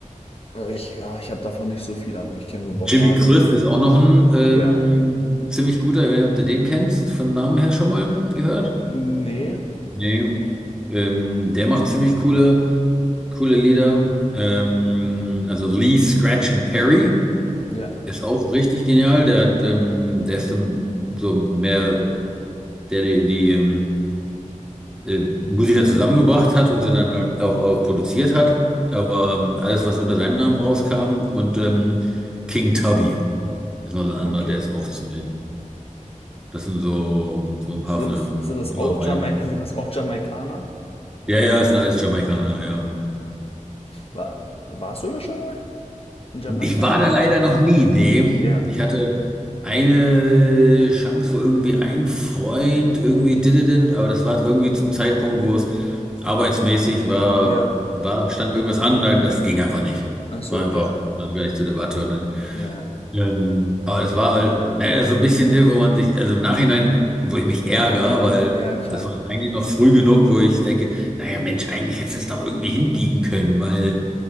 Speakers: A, on the left; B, in the centre.
A: äh, ich, ja, ich habe davon nicht so viel Ahnung. Ich kenne nur
B: Jimmy
A: Bob Marley.
B: Cliff ist auch noch ein ähm,
A: Ja.
B: ziemlich guter, ich weiß nicht, ob du den kennst, vom Namen her schon mal gehört?
A: Nee.
B: Nee. Ähm, der macht ziemlich coole. Coole Lieder. Ähm, also Lee Scratch and Perry
A: Ja.
B: ist auch richtig genial. Der hat, ähm, der ist dann so mehr, der die, die ähm, äh, Musiker zusammengebracht hat und sie dann auch, auch produziert hat. Aber ähm, alles, was unter seinem Namen rauskam. Und ähm, King Tubby ist noch so ein
A: Okay.
B: anderer, der ist auch ziemlich. Das sind so, so ein paar
A: Sind
B: von,
A: es, sind es
B: ja,
A: auch
B: meine.
A: Jamaik <laughs> sind das auch Jamaikaner?
B: Ja, ja, es sind alles Jamaikaner, ja.
A: War, warst du da schon mal? In Jamaika?
B: Ich war da leider noch nie, nee.
A: Ja.
B: Ich hatte eine Chance, wo irgendwie ein Freund irgendwie dididin, aber das war irgendwie zum Zeitpunkt, wo es arbeitsmäßig war,
A: Ja.
B: war, stand irgendwas an, da- das ging einfach nicht.
A: Ach so,
B: War einfach
A: ja.
B: dann gar nicht zur Debatte und dann
A: Ja.
B: ähm, aber das war halt, ne, das ist so ein bisschen, ne, wo man sich, also im Nachhinein, wo ich mich ärgere, weil
A: Ja, klar.
B: das war eigentlich noch früh genug, wo ich denke, naja, Mensch, eigentlich hättest du es doch irgendwie hinbiegen können, weil